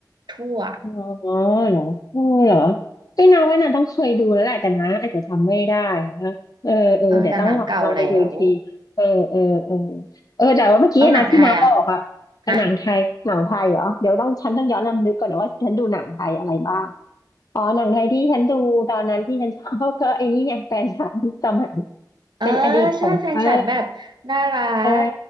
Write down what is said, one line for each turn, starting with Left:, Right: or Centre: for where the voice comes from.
Right: ทั่ว
Left: อ๋อเหรอเออเหรอไม่นาว่านาต้องเคยดูแล้วแหละแต่นะอาจจะจำไม่ได้นะเออเออเดี๋ยวต้องลองลองไปดูอีกทีเออเออเออ
Right: เออแต่หนังเก่าแล้ว
Left: เออแต่ว่าเมื่อกี้นะที่นาบอกอะ
Right: เอาหนังไทยอ่ะฮะ
Left: หนังไทยหนังไทยเหรอเดี๋ยวต้องฉันต้องย้อนรำลึกก่อนนะว่าฉันดูหนังไทยอะไรบ้างอ๋อหนังไทยที่ฉันดูตอนนั้นที่ฉันชอบ <laughs> ก็ไอ้นี่ไงแฟนฉันสมัย
Right: เออ
Left: เป็นอดีตของเออ
Right: ใช่แฟนฉันแบบน่ารัก
Left: ใช่